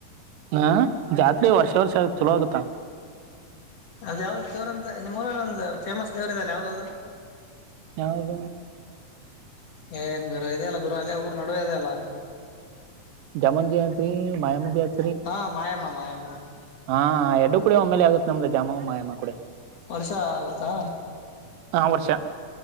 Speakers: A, on the right; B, on the left.
A: ಹಾಂ ಜಾತ್ರೆ ವರ್ಷ ವರ್ಷ ಆಗತ್ ಚೊಲೋ ಆಗತ್ತಾ.
B: ಅದ ಯಾವ್ದ್ ದೇವ್ರಂತ ನಿಮ್ ಊರಲ್ಲಿ ಒಂದ್ ಫೇಮಸ್ ದೇವ್ರ ಇದಲ್ಲ ಯಾವ್ದದು.
A: ಯಾವ್ದ.
B: ಏ ಗುರು ಇದೆಯಲ್ಲ ಗುರು ಅಲ್ಲೆ ಊರ್ ನಡುವೆ ಇದೆ ಅಲ್ಲ.
A: ಜಮ್ಮ ಜ ಅಂತರಿ <unintelligible>
B: <unintelligible>
A: ಹಾ ಎರಡು ಕೂಡ ಒಮ್ಮೇಲೆ ಆಗುತ್ತೆ ನಮ್ದು ಜಾಮಯಮ್ಮ ಕೂಡೆ
B: ವರ್ಷ ಆಗತ್ತಾ
A: ಹಾ ವರ್ಷ